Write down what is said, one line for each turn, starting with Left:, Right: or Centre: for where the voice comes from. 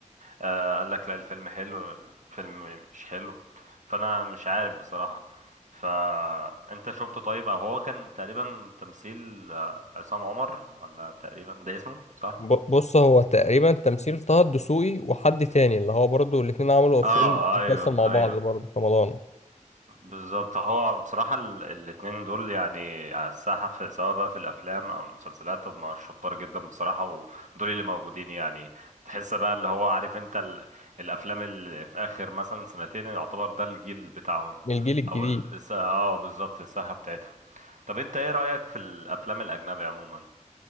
Right: آه قال لك لا الفيلم حلو الفيلم مش حلو فانا مش عارف بصراحه فانت شفته طيب او هو كان تقريبا تمثيل آه، عصام عمر ولا تقريبا ده اسمه صح
Left: ب- بص هو تقريبا تمثيل طه الدسوقي وحد تاني اللي هو برضو الاتنين عملوا فيلم
Right: اه
Left: مسلسل
Right: آه، ايوه
Left: مع بعض
Right: ايوه
Left: برضو في رمضان
Right: بالظبط هو بصراحة ال- الاتنين دول يعني على الساحة في سواء بقى في الأفلام أو المسلسلات هم شطار جدا بصراحة ودول اللي موجودين يعني تحس بقى اللي هو عارف أنت ال- الأفلام اللي في آخر مثلا سنتين يعتبر ده الجيل بتاعهم
Left: من الجيل الجديد
Right: أو ال- الس- اه بالظبط الساحة بتاعتهم طب أنت إيه رأيك في الأفلام الأجنبي عموما